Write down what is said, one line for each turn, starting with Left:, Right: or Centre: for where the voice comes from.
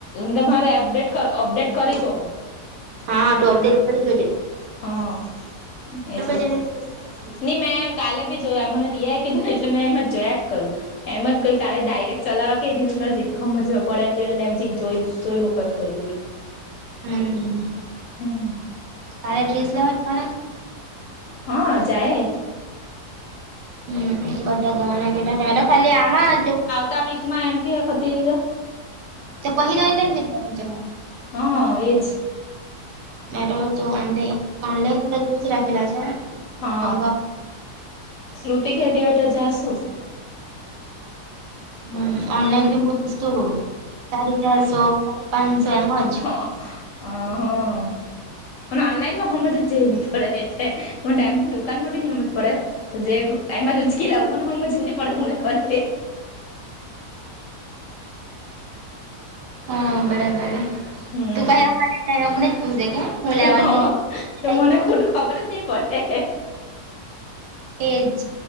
Left: તમારે અપડેટ અપડેટ કરી જો.
Right: હા તો અપડેટ કરી જો જે.
Left: હા એટલે.
Right: જઈને કરી જોજે અપડેટ
Left: નઈ મેં કાલે ભી જોયા મને રિયાય કીધું એટલે મેં એમ જ જોયા જ કરું. એમ જ કઈ કાલે ડાયરેક્ટ ચલાવવા કઈ રીતેી મજા પડે એમને એમ જોઈ મૂકો એમ ક્યું.
Right: હમ.
Left: હમ.
Right: તારે ડ્રેસ લેવા. જવાના
Left: હા જાયે.
Right: હમ બધા જવાના કેટ છે મેડ ખાલી આમાં જો.
Left: ત વીકમાં એમ કેેકોતી રી તો.
Right: તો પહિ ઇન્ટર્નશિપ પરથી જો
Left: હા એજ.
Right: મે તો જોમ ઓનલાઈન બધા રાખેલા છે.
Left: હા
Right: મંગાવાના
Left: શ્રુતિ કહેતી હશે ત જશુ.
Right: હમ્મ ઓનલાઈન બી બહુસ્ સાડી ચારસો સાડી પાંચસો એમજ.
Left: <unintelligible> હહા. મ ઓનલાઈનમાં સમમજ જઈ નહી પડે એટલે મ ડેમની દુકાનમાં બી નહં સમમજ પડે. તો જે એમાં જ ઉંચકી લાવું મને સમજ જ નહી પડે હું લેવાને તે. <unintelligible>
Right: હા બરાબર
Left: હમ.
Right: તું પ એવા માટે જ જ એવા મને જ પૂજે કે. હું લેવાની
Left: હા
Right: અમે કેરે
Left: તો
Right: લઈ
Left: મને
Right: મૂકીએ
Left: ખુટ ખબર જ નહી પડે.
Right: એે જ.